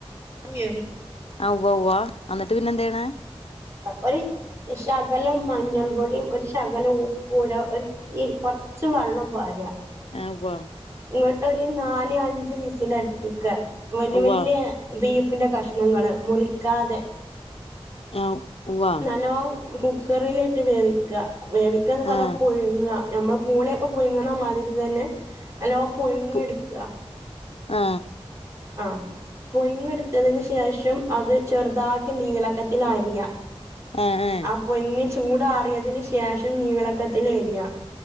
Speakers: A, on the right; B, on the left.
A: വേവി
B: ആ ഉവ്വ് വ്വ അന്നിട്ട് പിന്നെ എന്തെയ്യ് ണ്
A: ഒര് ശകലം മഞ്ഞൾ പൊടിം ഒര് ശകലം ഉപ്പൂട ഒരുത്തിരി കൊറച്ച് വെള്ളും പാരാ
B: അ കൊ
A: ഇങ്ങട്ടൊര് നാല് അ ഞ്ച് വിസിലട്പിക്ക വെല്ല്യ
B: ഉവ്വ
A: വെല്ല്യ ബീഫ് ഫീന്റെ കഷ്ണങ്ങൾ മുറിക്കാതെ
B: ആ ഉവ്വ
A: നാലോം കുക്കറിലിട്ട് വേവിക്ക വേവിക്കന്ന് പറഞ്ഞ
B: ആ
A: പുഴുങ്ങാ നമ്മള് പൂളെയ്ക്കെ പുഴങ്ങ്ണമാതിരി തന്നെ നല്ലോം പുഴിങ്ങെട്ക്ക
B: പു ആ
A: ആ പുഴ്ങ്ങി യെടുത്തതിന് ശേഷം അത് ചെർതാക്കി നീളക്കത്തിൽ അരിയ
B: ആ ആ
A: അ പുഴു ചൂടാറിയതിനന് ശേഷം നീളക്കത്തില് എരിയാ